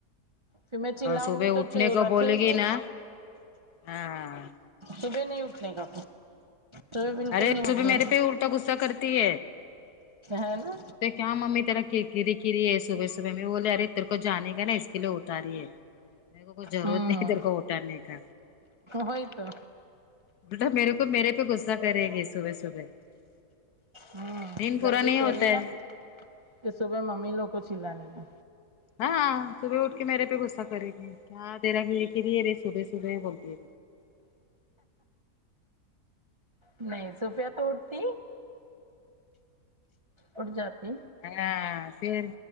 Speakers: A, on the right; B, on the left.
A: پھر میں چلاؤں
B: اور صبح
A: گی تو
B: اٹھنے
A: چا
B: کو
A: رکھے
B: بولے
A: گی
B: نا ہاں
A: صبح نہیں اٹھنے کا سب بالکل
B: ارے
A: نہیں اٹ
B: صبح
A: رہے
B: میرے
A: ہیں
B: پہ الٹا غصہ کرتی
A: ہے نا
B: تو کیا ممی تیرا کری کری ہے صبح صبح میں بولے ارے تیر کو جانے گا نا اس کے لیے اٹھا رہی ہے میرے کو کچھ ضرورت
A: ہاں
B: نہیں تیرے کو اٹھانے کا
A: وہئی تو
B: بیٹا میرے کو میرے پہ غصہ کرے گی صبح صبح
A: ہاں
B: دن پورا
A: جلدی
B: نہیں
A: سونے
B: ہوتا ہے
A: کا پھر صبح ممی لوگ کو چلانے کا
B: ہاں صبح اٹھ کے میرے پہ غصہ کرے گی کیا دیرا گھیریے گھیری ہے رے صبح صبح بولتی ہے
A: نہیں صوفیا تو اٹتی اٹ جاتی
B: ہاں پھر